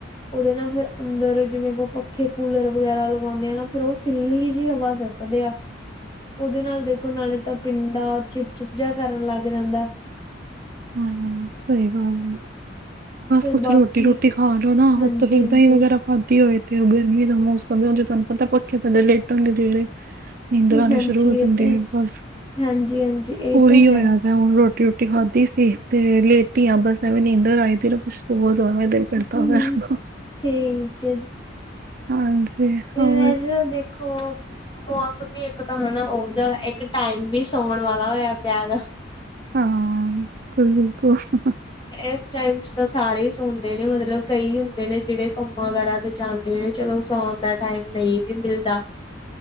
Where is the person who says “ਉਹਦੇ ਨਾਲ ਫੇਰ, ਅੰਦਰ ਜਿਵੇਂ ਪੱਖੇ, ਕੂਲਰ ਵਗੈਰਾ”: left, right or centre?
Left